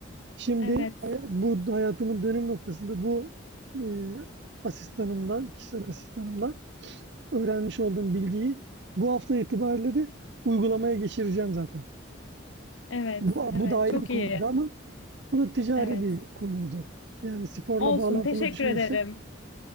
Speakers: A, on the right; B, on the left.
A: Şimdi
B: evet
A: bu hayatımın dönüm noktasında bu eee asistanımdan, kişisel asistanımdan öğrenmiş olduğum bilgiyi bu hafta itibariyle de uygulamaya geçireceğim zaten.
B: evet
A: Bu,
B: evet
A: bu da ayrı
B: çok
A: bir konuydu
B: iyi.
A: ama bu da ticari
B: Evet.
A: bir konuydu. Yani sporla
B: Olsun,
A: bağlantılı
B: teşekkür
A: düşünürsek
B: ederim.